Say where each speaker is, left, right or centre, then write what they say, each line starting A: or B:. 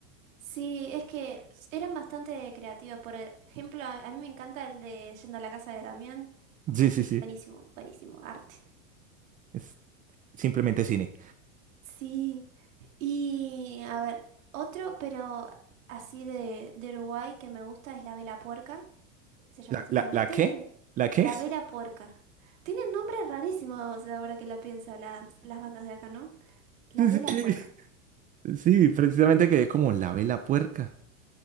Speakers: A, on the right (about 80°); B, on the right (about 20°).
A: sí, es que s- eran bastante creativos. Por ejemplo, a, a mí me encanta el de Yendo a la casa de Damián.
B: Sí, sí, sí.
A: Buenísimo, buenísimo, arte.
B: Es simplemente cine.
A: Sí, y a ver, otro, pero así de, de Uruguay que me gusta es la vela puerca, se llama
B: ¿La,
A: así
B: la,
A: también.
B: la
A: Tienen
B: qué? ¿La qué?
A: la
B: <laughs>
A: vela puerca. Tienen nombres rarísimos ahora que lo pienso las, las bandas de acá, ¿no? La
B: Sí,
A: vela
B: sí, sí.
A: puerca,
B: Sí, precisamente quedé como la vela puerca.